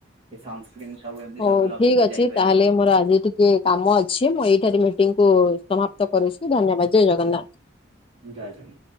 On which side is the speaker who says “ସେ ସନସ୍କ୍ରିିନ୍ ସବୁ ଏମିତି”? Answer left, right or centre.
Right